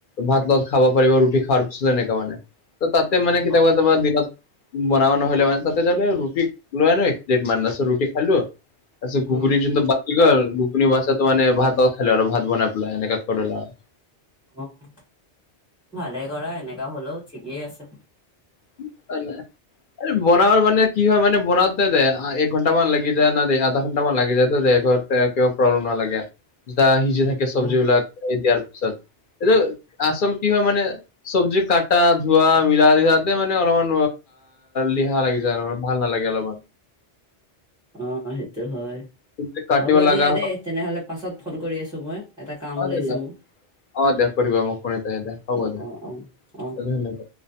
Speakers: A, on the left; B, in the centre.
A: ভাতৰ লগত খাব পাৰিব <unintelligible> এনেকা মানে, ত' তাতে মানে কেতিয়াবা
B: অ
A: কেতিয়াবা দিনত বনাব নহ'লে মানে তাতে তাৰ মানে ৰুটি লৈ আনো এক প্লেট মান, তাৰপিছত ৰুটি খালো তাৰপিছত
B: উম
A: ঘুগুনী বাছি গল ঘুগুনী বাচাতো মানে ভাতৰ লগত খালো আৰু ভাত বনাই পিলাই এনেকা কৰি লৈ।
B: অহ' ভালেই কৰা এনেকা হ'লেও ঠিকেই আছে।
A: <unintelligible> বনাব মানে কি হয় মানে বনাতে যে এক ঘণ্টামান লাগি যায় ন দে আধা ঘণ্টামান লাগি যায় তো দে কিবা প্ৰব্লেম নালাগে যেতিয়া সিজি থাকে চবজি
B: উম
A: বিলাক দিয়াৰ পিছত এইটো আচল কি হয় মানে চবজি কটা ধোৱা মিলা এইয়াতে মানে অলপমান দিহা লাগি যায় আৰু ভাল নালাগে অলপমান।
B: অ' সেইটো হয়,
A: কিন্তু কাটিব
B: হ'ব
A: লগা
B: দিয়া দেই তেনেহ'লে- পাছত ফোন কৰি আছোঁ মই এটা কাম
A: হয়,
B: ওলাইছে মোৰ।
A: অ' দেয়া কৰিবা মোক <unintelligible> হ'ব
B: অ
A: দে
B: অ অ অ
A: ধন্যবাদ।